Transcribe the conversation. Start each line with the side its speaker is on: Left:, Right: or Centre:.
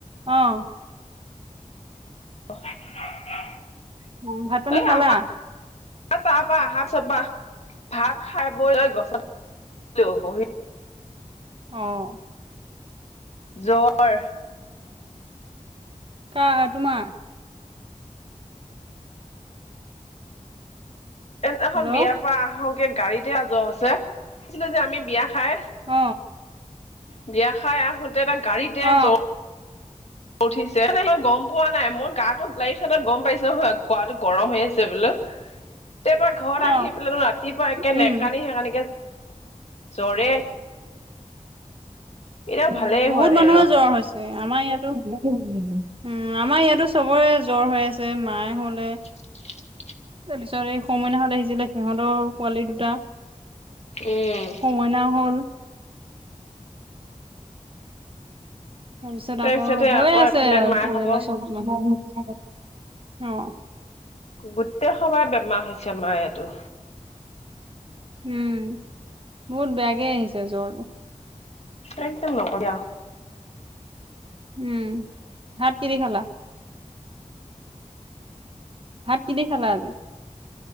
Right: আহ
Left: <inaudible>
Right: উ ভাত পানী
Left: এই
Right: খালা
Left: আমাৰ তাৰ পৰা আহাৰ পি চপা ভাত খাই বৈ গছত হেল্ল' বহি
Right: আহ
Left: জ্বৰ
Right: কা তোমাৰ
Left: সেইদিনা
Right: হেল্ল'
Left: খন বিয়াৰ
Right: অ
Left: পৰা আহোতে গাড়ীতে জ্বৰ হৈছে ছিলে যে আমি বিয়া খাই
Right: অ
Left: বিয়া খাই আহোতে এটা গাড়ীতে
Right: অ
Left: জ্ব উঠিছে গম পোৱা নাই মই গাটো লাৰিফ চটা গম পাইছো নহয় গাটো গৰম হৈ আছে বোলো <unintelligible> তাৰ পৰা ঘৰত
Right: অ
Left: আহি পেলাই ৰাতিপুৱা একে
Right: উম
Left: নেকানি সেইকানিকে জ্বৰে এতিয়াও
Right: উ
Left: ভালেই
Right: বহুত
Left: হোৱা নাই
Right: মানুহৰ
Left: ৰ
Right: জ্বৰ হৈছে আমাৰ ইয়াতো উ আমাৰ ইয়াতো চবৰে জ্বৰ হৈ আছে মায়ে হলে
Left: <unintelligible> <inaudible>
Right: তাৰপিছত এই হওমইনা হত আহিছিলে সিহঁতৰ পোৱালি দুটা
Left: উম
Right: হৌ মইনাও হল তাৰ পিছত
Left: তাৰপিছতে
Right: আকৌ হৈয়ে
Left: আকৌ
Right: আছে
Left: এফালে
Right: আৰু
Left: মা
Right: পৰিয়ালৰ
Left: ভাগৰ
Right: চব মানুহ অ
Left: গোটেই সবাই বেমাৰ হৈছে মায়েটো
Right: উম বহুত বেয়াকে আহিছে জ্বৰটো
Left: এদম নকবি আও
Right: উম ভাত কি দি খালা ভাত কি দি খালা আজি